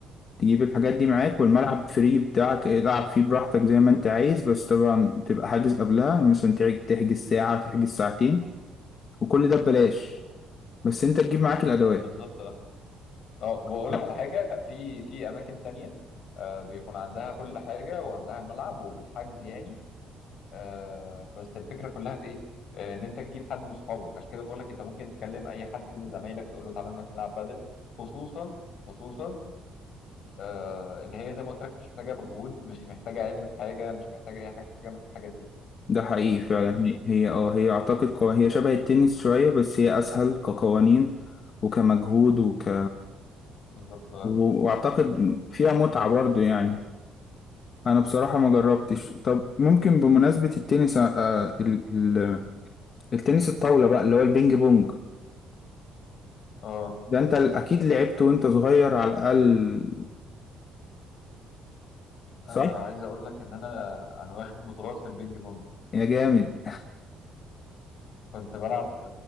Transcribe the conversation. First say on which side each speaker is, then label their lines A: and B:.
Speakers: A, on the left (about 35°); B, on the left (about 50°).
A: تجيب الحاجات دي معاك والملعب فري بتاعك العب فيه براحتك زي ما انت عايز بس طبعا تبقى حاجز قبلها مثلا تع- تحجز ساعة تحجز ساعتين وكل ده ببلاش بس انت تجيب معاك الادوات
B: بالظبط اه اه واقول
A: لا،
B: لك على حاجه في في اماكن تانية آه بيكون عندها كل حاجه وعندها الملعب وبالحجز يعني آه بس الفكره كلها في ايه؟ آه ان انت تجيب حد من اصحابك عشان كده بقول لك انت ممكن تكلم اي حد من زمايلك تقول له تعالى نروح نلعب بدل خصوصا خصوصا آه ان هي زي ما قلت لك مش محتاجه مجهود مش محتاجه علم في حاجه مش محتاجه اي حاجه من الحاجات دي
A: ده حقيقي فعلا
B: فاهم؟
A: هي هي- اه هي اعتقد قوا- هي شبه التنس شوية بس هي اسهل كقوانين وكمجهود وك
B: بالظبط اه
A: و- واعتقد فيها متعة برضو يعني انا بصراحة ما جربتش طب ممكن بمناسبة التنس آه ال ال التنس الطاولة بقى اللي هو البينج بونج
B: آه.
A: ده انت ال- اكيد لعبت وانت صغير على الاقل صح
B: انا عايز اقول لك ان انا انا واخد بطولات في البينج بونج
A: يا جامد
B: كنت بلعب في